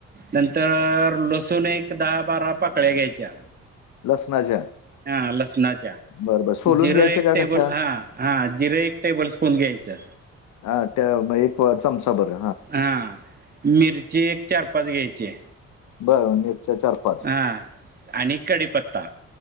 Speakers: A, on the right; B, on the left.
A: नंतर लसूण एक- दहा- बारा पाकळ्या घ्यायच्या.
B: लसणाच्या
A: हा लसणाच्या
B: बरं, बरं. सोलून
A: जिरो
B: घ्यायच्या
A: एक
B: का
A: टेबल
B: कशा?
A: हा. हा जिरे एक टेबल स्पून घ्यायचं.
B: हा त्या एक चमचा बर.
A: हा मिरची एक चार पाच घ्यायची.
B: बरं मिरच्या चार-पाच
A: हां आणि कढीपत्ता.